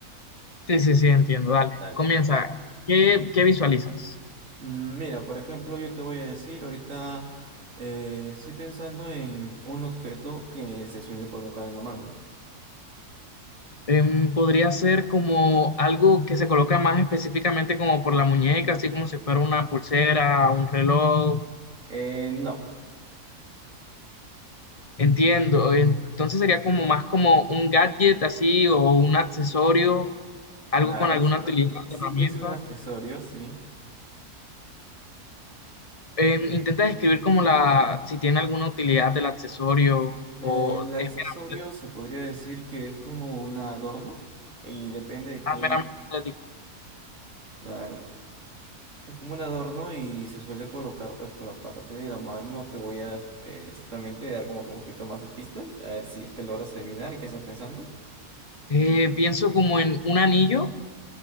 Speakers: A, on the left (about 30°); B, on the right (about 50°).
A: Sí, sí, sí, entiendo. Dale,
B: Dale.
A: comienza. ¿Qué, qué visualizas?
B: Mm, Mira, por ejemplo, yo te voy a decir ahorita, eh, estoy pensando en un objeto que se suele colocar en la mano.
A: Em, podría ser como algo que se coloca más específicamente como por la muñeca, así como si fuera una pulsera, un reloj,
B: Eh, no.
A: Entiendo, entonces sería como más como un gadget así o un accesorio, algo
B: Claro,
A: con alguna
B: es un,
A: utilidad
B: ac- eh, sí,
A: herramienta.
B: es un accesorio, sí.
A: Em, intenta describir como la, si tiene alguna utilidad del accesorio
B: Eh,
A: o
B: el accesorio
A: es meramente,
B: se podría decir que es como un adorno y depende de quién,
A: ah, meramente estético.
B: claro. Es como un adorno y se suele colocar pues por la parte de la mano. No te voy a eh, exactamente dar como que un poquito más de pistas. A ver si es que logras adivinar en qué estás pensando.
A: Eh, pienso como en un anillo,